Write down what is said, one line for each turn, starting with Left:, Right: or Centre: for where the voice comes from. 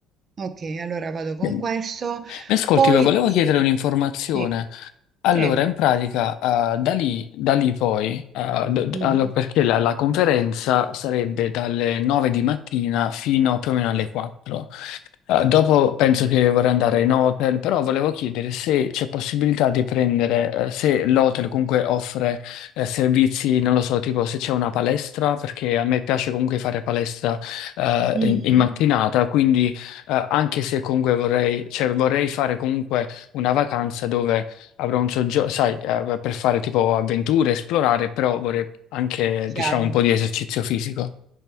Right: Okay, allora vado con
Left: Mi
Right: questo,
Left: ascolti,
Right: poi
Left: volevo
Right: le chiedo
Left: chiedere un'informazione.
Right: sì,
Left: Allora,
Right: prego.
Left: in pratica, eh, da lì, da lì poi, eh, d- d-
Right: Mh-mh.
Left: allora, perché la, la conferenza sarebbe dalle 9 di mattina fino più o meno alle 4. Eh, dopo penso che vorrei andare in hotel, però volevo chiedere se c'è possibilità di prendere, eh, se l'hotel comunque offre, eh, servizi, non lo so, tipo se c'è una palestra, perché a me piace comunque fare palestra, eh,
Right: Mh-mh.
Left: in, in mattinata, quindi, eh, anche se comunque vorrei, cioè vorrei fare comunque una vacanza dove avrò un soggiorno, sai, eh, per fare tipo avventure, esplorare, però vorrei anche,
Right: Chiaro.
Left: diciamo, un po' di esercizio fisico.